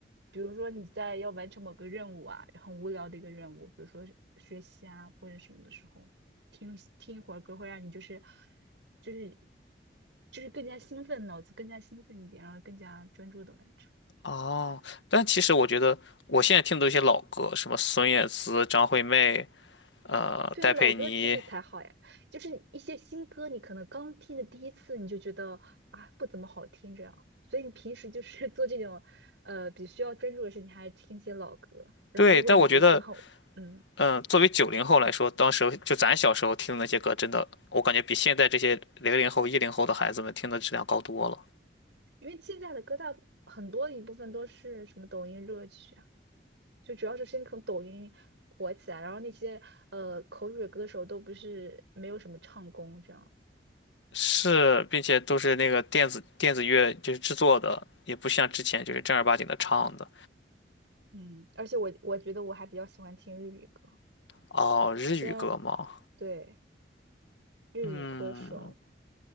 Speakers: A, on the right; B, on the left.
A: 比如说你在要完成某个任务啊，很无聊的一个任务，比如说是学习啊或者什么的时候，听听一会儿歌会让你就是就是就是更加兴奋，脑子更加兴奋一点，然后更加专注的完成。
B: 哦，但其实我觉得我现在听的一些老歌，什么孙燕姿、张惠妹，呃，
A: 对啊，
B: 戴佩妮，
A: 老歌就是才好呀，就是一些新歌，你可能刚听的第一次你就觉得啊不怎么好听这样，所以你平时就是 <laughs> 做这种呃比需要专注的事情，你还听一些老歌。然后如果你觉得说好，
B: 对，但我觉得，
A: 嗯，
B: 嗯、作为九零后来说，当时就咱小时候听的那些歌，真的，我感觉比现在这些零零后、一零后的孩子们听的质量高多了。
A: 因为现在的歌大很多一部分都是什么抖音热曲啊，就主要是先从抖音火起来，然后那些呃口水歌手都不是没有什么唱功这样。
B: 是，并且都是那个电子电子乐就是制作的，也不像之前就是正儿八经的唱的。
A: 嗯，而且我我觉得我还比较喜欢听日语歌，
B: 哦，日语歌吗？
A: 虽然对日语歌手
B: 嗯，